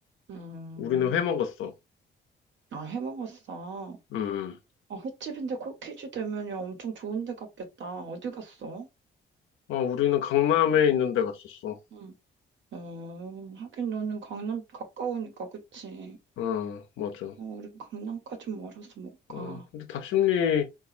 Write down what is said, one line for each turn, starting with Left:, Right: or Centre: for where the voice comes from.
Right: 음.
Left: 우리는 회 먹었어.
Right: 아, 해 먹었어.
Left: 음, 음.
Right: 아, 횟집인데 코키즈 되면 야, 엄청 좋은 데 갔겠다. 어디 갔어?
Left: 어, 우리는 강남에 있는 데 갔었어.
Right: 음. 어, 하긴 너는 강남 가까우니까 그치?
Left: 응, 맞아.
Right: 어, 우린 강남까지 멀어서 못 가.
Left: 어, 근데 답심리